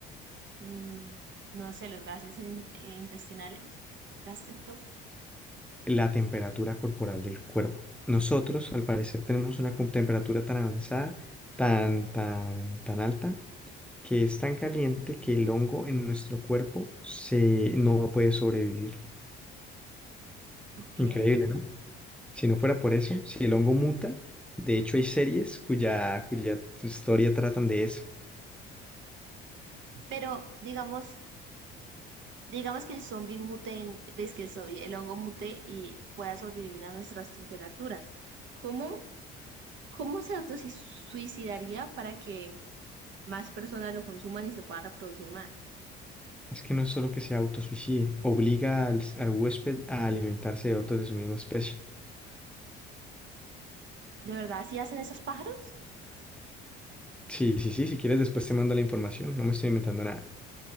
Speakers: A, on the right; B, in the centre.
A: Mm, no sé, los gases in- intestinales, gástricos.
B: La temperatura corporal del cuerpo. Nosotros, al parecer, tenemos una com- temperatura tan avanzada, tan, tan, tan alta, que es tan caliente que el hongo en nuestro cuerpo se, no puede sobrevivir.
A: Ok.
B: Increíble, ¿no? Si no fuera por eso, si el hongo muta, de hecho hay series cuya, cuya historia tratan de eso.
A: Pero digamos, Digamos que el zombie mute, en- ves que el zombie, el hongo mute y pueda sobrevivir a nuestras temperaturas. ¿Cómo, cómo se autosuicidaría para que más personas lo consuman y se pueda reproducir más?
B: Es que no es solo que se autosuicide, obliga al, al huésped a alimentarse de otros de su misma especie.
A: ¿De verdad así hacen esos pájaros?
B: Sí, sí, sí, si quieres después te mando la información, no me estoy inventando nada.